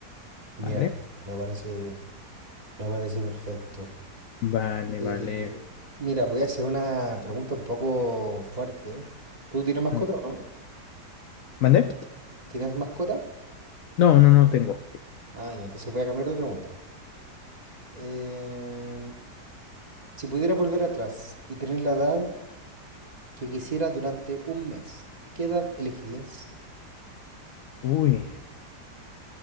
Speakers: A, on the right; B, on the left.
A: Bien,
B: Vale,
A: me parece, me parece perfecto.
B: vale,
A: Eh,
B: vale.
A: mira, voy a hacer una pregunta un poco fuerte. ¿Tú tienes mascota
B: A ver,
A: o no?
B: ¿mandé?
A: ¿Tienes mascota?
B: No, no, no tengo.
A: Ah, ya, entonces voy a cambiar de pregunta. Em, si pudieras volver atrás y tener la edad que quisieras durante un mes, ¿qué edad elegirías?
B: Uy,